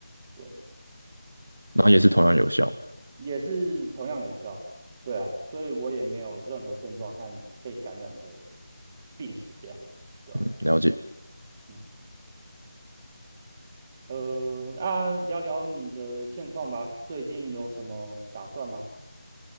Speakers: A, on the right; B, on the right.
A: 对。
B: 然后也是同样有效。
A: 也是同样有效，对啊，所以我也没有任何症状和被感染的病史，这样，对啊，
B: 嗯，了解。
A: 嗯，呃，那聊聊你的现况吧，最近有什么打算吗？